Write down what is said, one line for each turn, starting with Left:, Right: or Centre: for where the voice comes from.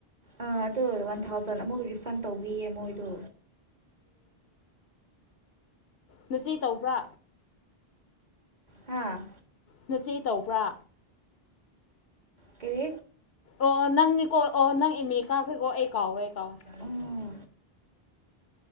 Right: ꯑꯥ ꯑꯗꯣ ꯋꯥꯟ ꯊꯥꯎꯖꯟ ꯑꯃꯨꯛ ꯔꯤꯐꯟ ꯇꯧꯕꯤꯌꯦ ꯃꯣꯏꯗꯣ
Left: ꯅꯨꯄꯤ ꯇꯧꯕ꯭ꯔꯥ
Right: ꯍꯥꯥ
Left: ꯅꯆꯦ ꯇꯧꯕ꯭ꯔꯥ
Right: ꯀꯦ
Left: ꯑꯣ ꯅꯪꯅꯤꯀꯣ ꯑꯣ ꯅꯪ ꯏꯃꯦ ꯀꯥꯈ꯭ꯔꯦꯀꯣ ꯑꯩ ꯀꯥꯎꯋꯦ ꯑꯩ ꯀꯥꯎ
Right: ꯎꯝ